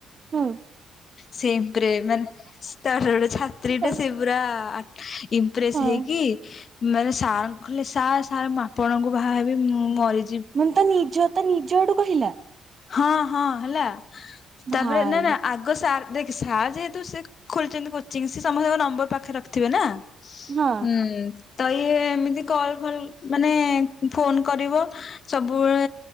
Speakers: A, on the right (about 45°); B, on the left (about 50°).
A: ହୁଁ
B: ସେଇପ୍ ରେ ମାନେ ତାର ଗୋଟେ ଛାତ୍ରୀଟା
A: ଅପା
B: ସେ ପୁରା ଇମ୍ପ୍ରେସ
A: ହଁ
B: ହେଇକି। ମାନେ ସାର୍ କହେ ସାର୍ ସାର୍ ଆପଣଙ୍କୁ ବାହା ହେବି ମୁଁ ମରି
A: ମାନେ ତ ନିଜ ତ ନିଜ ଆଡୁ କହିଲା।
B: ହଁ ହଁ ହେଲା
A: ଭାଇ
B: ତାପରେ ନା ନା ଆଗା ଆ ସାର୍ ଦେଖ ସାର୍ ଯେହେତୁ ସେ ଖୋଲିଛନ୍ତି କୋଚିଂ ସି ସମସ୍ତଙ୍କ ନମ୍ବର ପାଖରେ ରଖିଥିବେ ନା।
A: ହଁ
B: ହୁଁ ତ ଇ ଏମିତି କଲ୍ ଭଲ ମାନେ ଫୋନ କରିବ। ସବୁବେଳେ